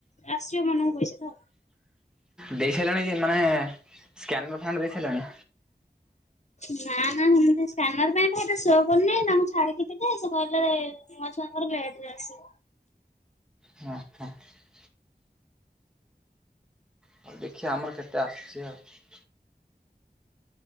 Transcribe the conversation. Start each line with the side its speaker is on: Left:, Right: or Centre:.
Left: ଆସିବ ମନକୁ ପଇସା।
Centre: ଦେଇ ସାରିଲାଣି ଯେ ମାନେ ସ୍କାନର ଫାଣ୍ଡ ଦେଇଥସରଲଣି।
Left: ନା ନା ମୁ ସ୍କାନର ପାଇଁ ଖାଇ ଶୋ କରୁନି ତାଙ୍କୁ ଛାଡିକି ଦେ ସେ କହିଲେ ନୁଆ ଛୁଆଙ୍କର ଲେଟ ରେ ଆସିବ।
Centre: ହ ହ <unintelligible> ହଉ ଦେଖିବା ଆମର କେତେ ଆସୁଛି ଆଉ।